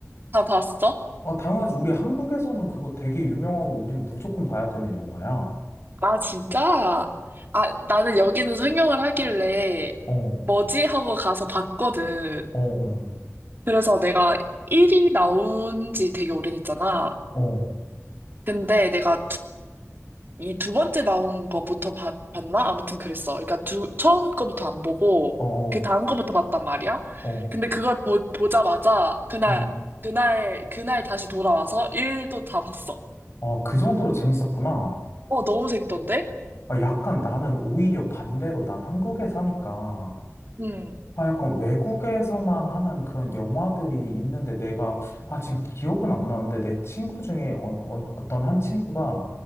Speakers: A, on the right (about 45°); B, on the left (about 55°).
A: 다 봤어?
B: 아, 당연하지. 우리 한국에서는 그거 되게 유명하고 우린 무조건 봐야 되는 영화야. 어,
A: 아, 진짜? 아, 나는 여기는 상영을 하길래
B: 어,
A: 뭐지 하고 가서 봤거든.
B: 어, 어,
A: 그래서 내가 1이 나온 지 되게 오래됐잖아.
B: 어,
A: 근데 내가 이 두 번째 나온 거부터 봤, 나 아무튼 그랬어. 그러니까 두, 처음 거부터 안 보고
B: 어, 어.
A: 그 다음 거부터 봤단 말이야.
B: 어.
A: 근데 그걸 보, 보자마자 그날
B: 음.
A: 그날 그날 다시 돌아와서 일도 다 봤어.
B: 아, 그 정도로 재밌었구나.
A: 어, 너무 재밌던데?
B: 아, 약간 나는 오히려 반대로 난 한국에 사니까,
A: 음,
B: 아, 약간 외국에서만 하는 그런 영화들이 있는데 내가, 아, 지금 기억은 안 나는데 내 친구 중에 어, 어, 어떤 한 친구가